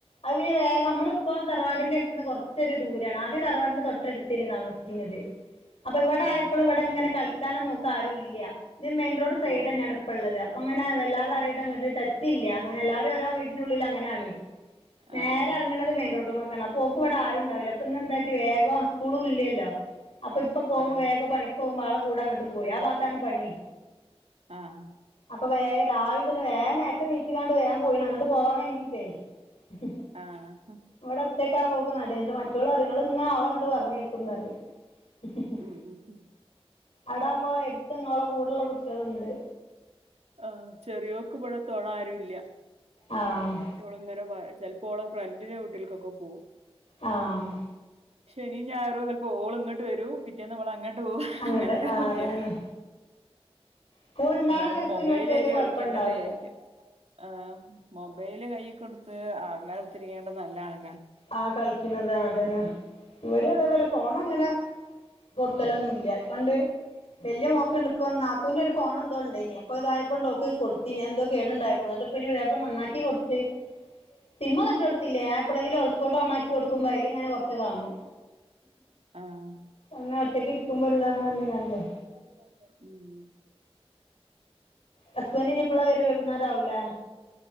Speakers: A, on the left; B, on the right.
A: അത് പിന്നെ വേഗം നമ്മള് ഇപ്പോ തറവാടിന്റെ അടുത്ത് നിന്ന് കുറച്ചൊരു ദൂരാണ് ആദ്യം തറവാടിന്റെ തൊട്ടടുത്താണ് താമസിക്കണത് ആഹ് അപ്പ ഇവിടെ ആയപ്പള്
B: ആഹ്
A: ഇവിടെ ഇങ്ങനെ കളിക്കാനൊന്ന് ഓൾക് ആരു ഇല്ല്യ ഇത് മെയിൻറോഡ് സൈഡെന്നാണ്
B: ആഹ്
A: ഇപ്പ ഇള്ളത് അപ്പ അങ്ങനെ വല്ലിതെ അരായിട്ട് അങ്ങട്ട് ടച്ചില്ല്യ അങ്ങനെ എല്ലാരും ഒരോ വീട്ട് നുള്ളിൽ അങ്ങനാണ് നേരെ
B: ആഹ്
A: ഇറങ്ങണത് മെയിൻ റോട്ട്മക്കാണ് അപ്പോ ഓക്ക് ഇവിടെ ആരും ഉണ്ടാവില്ല അപ്പംഇന്ന് എന്താട്ടി വേഗം സ്കൂളും ഇല്ലല്ലോ അപ്പ ഇപ്പൊ പോകുമ്പോ
B: ആഹ്
A: വേഗ
B: ആഹ്
A: പണിക്ക് പോകുമ്പോ ആളെ കൂടെ അങ്ങട്ട് പോയി ആ ഭാത്താണ് പണി
B: ആഹ്
A: അപ്പ വേഗം രാവിലെ തന്നെ വേഗ നേരത്തെ നീച്ച്കാണ്ട് വേഗം പോയിണ് അങ്ങിട്ട് പോവാൻ വേണ്ടിട്ടേ ഉം
B: ആഹ്
A: ഇവിടെ ഒറ്റക്ക്‌ ആകുമ്പോ ഓക്ക് മടി എന്നിട്ട് മറ്റോള് പറയും നിങ്ങള് ഇങ്ങ ഓള ഇങ്ങിട് പറഞ്ഞേക്കുംന്നറയും <inaudible>
B: ഉം ഉം ഉം
A: അടാംപോ എടുത്തങ്ങള കൂടെള്ള കുട്ടികളുണ്ട്
B: ആഹ് ചെറിയോക്ക് ഇവിടെ തോടാ ആരുല്ല
A: ആഹ്
B: ഓള് ഇങ്ങനെ പറ ചിലപ്പോ ഓള ഫ്രണ്ടിന്റെ വീട്ടിലൊക്കെ പോവും
A: ആഹ്
B: ശനിൽ ഞായറും ചിലപ്പോ ഓൾ ഇങ്ങോട്ട് വരും പിറ്റേന്നിവൾ അങ്ങട്ട് പോകും
A: അങ്ങട്ട്
B: അങ്ങനെക്കെ
A: ആഹ്
B: കളിക്കലാ
A: അതന്നെ സ്കൂൾ ഇണ്ടാവ്ണ
B: എന്ന
A: ദിവസം
B: മൊബൈലായിട്ട്
A: പിന്നെ ഓൽക്ക് വല്യ കൊഴപ്പണ്ടാവില്ല
B: കളിക്കേണ്ടല്ല വിചാരിക്ക ആഹ് മൊബൈല് കൈ കൊടുത്ത് അങ്ങനെ ഒത്തിരിക്കണ്ടത് നല്ലാണ്
A: ആഹ് കളിക്കണത് അതന്നെ ഇവിടെ
B: ആഹ്
A: അതേപോലെ ഫോണങ്ങനെ കൊറത്തൊലൊന്നും ഇല്ല പണ്ട് വല്യ മോക്ക് ഇണ്ട്പ്പ നാത്തൂന്റെ ഒരു ഫോണ് എന്തോ ഇണ്ടായിഞ്ഞ് അപ്പ ഇതായപ്പോണ്ട് ഓക്ക് കൊടുത്തിനി എന്തോ കേടുണ്ടായ അന്നിട്ട്പ്പോപുതിയ്യപ്പിള നന്നാക്കി കൊടുത്ത് സിം ഒന്നും ഇട്ട് കൊടുത്തില്ലേ ഞാൻ എപ്പഴെങ്കിലും- ഹോറ്റ്സ്‌പോർട്ട് ഓൺണ്ണാക്കി കൊടുക്കുമ്പോ അയില് ഇങ്ങനെ കൊറച്ച് കാണും
B: ആഹ്
A: അങ്ങനെ ഒറ്റയ്ക്ക് ഇരിക്കുമ്പോ ഒരുതാണ് <unintelligible>
B: ഉം
A: ഹസ്ബൻഡ് ഇനി ഇപ്പളാ വരെ വൈകുന്നാരാവൂല്ലേ